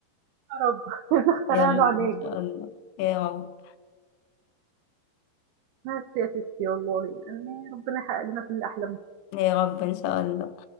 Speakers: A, on the right; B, on the left.
A: يا رب <laughs> نخترع
B: يا رب
A: له علاج.
B: إن شاء الله يا رب
A: ما سياسة يا والله يعني ربنا يحقق لنا كل أحلامنا
B: يا رب إن شاء الله